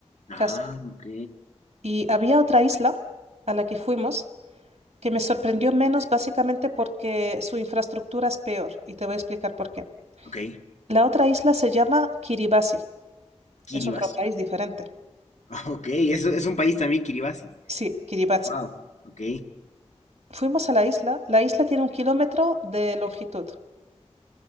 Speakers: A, on the left; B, on the right.
A: Ah,
B: Casi.
A: ok.
B: Y había otra isla a la que fuimos que me sorprendió menos básicamente porque su infraestructura es peor y te voy a explicar por qué.
A: Ok.
B: La otra isla se llama Kiribati.
A: Kiribati.
B: Es otro país
A: <laughs>
B: diferente.
A: Ok, eso es un país también, Kiribati.
B: Sí, Kiribati.
A: Wow. Ok.
B: Fuimos a la isla. La isla tiene un kilómetro de longitud.